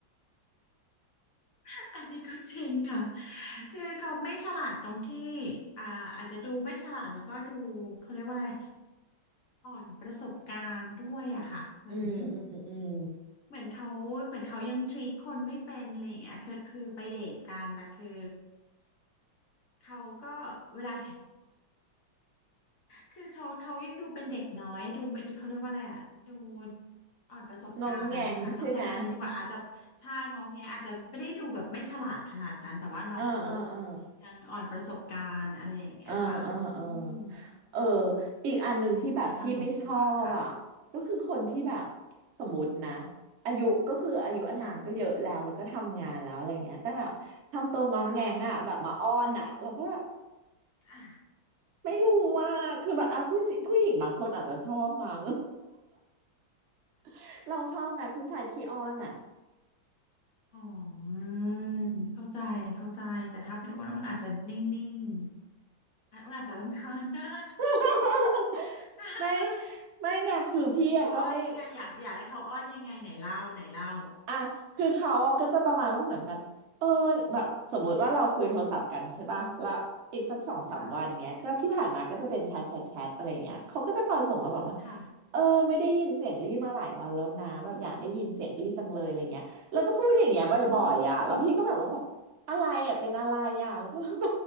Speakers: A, on the left; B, on the right.
A: <laughs> อันนี้ก็จริงค่ะ
B: <laughs>
A: คือเขาไม่ฉลาดตรงที่อ่าอาจจะดูไม่ฉลาดแล้วก็ดูเขาเรียกว่าอะไรอ่อนประสบการณ์ด้วยอะค่ะเหมือน
B: อืมอืมอืม
A: เหมือนเขาเหมือนเขายังทรีตคนไม่เป็นอะไรอย่างเงี้ยคือคือไปเดทกันแต่คือเขาก็เวลา คือเขาเขายังดูเป็นเด็กน้อยดูไม่เขาเรียกว่าอะไรอ่ะดูอ่อนประสบการณ์นะคะต้องใช้คำนี้ดีกว่าอาจจะใช่งองแงอาจจะไม่ได้ดูแบบไม่ฉลาดขนาดนั้นแต่ว่าน้องเขา
B: น้องแงงใช่ไหมเออเออเออ
A: ยังอ่อนประสบการณ์อะไรอย่างเงี้ยค่ะอืม
B: เออเออเออเอออีกอันหนึ่งที่แบบพี่ไม่ชอบอ่ะก็คือคนที่แบบ
A: ใช้คำนี้ดีกว่าค่ะ
B: สมมตินะอายุก็คืออายุอานามก็เยอะแล้วแล้วก็ทำงานแล้วอะไรเงี้ยแต่แบบทำตัวงองแงงอ่ะแบบมาอ้อนอ่ะเราก็แบบ
A: ค่ะค่ะอ่ะ
B: ไม่รู้ว่าคือแบบอ่ะผู้สิผู้หญิงบางคนอาจจะชอบมั้ง <laughs> เราชอบนะผู้ชายขี้อ้อนอ่ะ
A: อ๋อเข้าใจเข้าใจแต่ถ้าเป็นอ้วนอ้วนอาจจะนิ่งๆอะอ้วนอาจจะรำคาญได้
B: <laughs>
A: <laughs>
B: ไม่ไม่ไงคือพี่อะก็ไม่
A: เขาอ้อนยังไงอยากอยากให้เขาอ้อนยังไงไหนเล่าไหนเล่า
B: อ่ะคือเขาอะก็จะประมาณว่าเหมือนแบบเออแบบสมมุติว่าเราคุยโทรศัพท์กันใช่ป่ะแล้วอีกสักสองสามวันเนี้ยก็ที่ผ่านมาก็จะเป็นแชทแชทแชทอะไรเงี้ยเขาก็จะคอยส่งมาแบบว่า
A: ค่ะค่ะ
B: เออไม่ได้ยินเสียงรี่มาหลายวันแล้วนะแบบอยากได้ยินเสียงรี่จังเลยอะไรเงี้ยแล้วก็พูดอย่างเงี้ยบ่อยๆอ่ะแล้วพี่ก็แบบว่าแบบอะไรอ่ะเป็นอะไรอ่ะแล้วก็แ
A: อืม